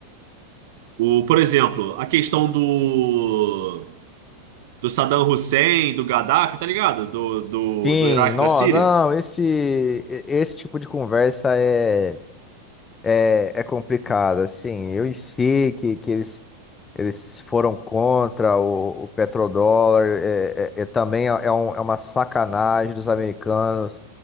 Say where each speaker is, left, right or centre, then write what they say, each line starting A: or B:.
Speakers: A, on the right; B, on the left.
A: O, por exemplo, a questão do, do Saddam Hussein, do Gaddafi, tá ligado? Do, do,
B: sim,
A: do Iraque
B: não,
A: e da Síria.
B: não, esse, esse tipo de conversa é, é, é complicado, assim, eu sei que, que eles, eles foram contra o, o petrodólar, é, é- é também é, um- é uma sacanagem dos americanos,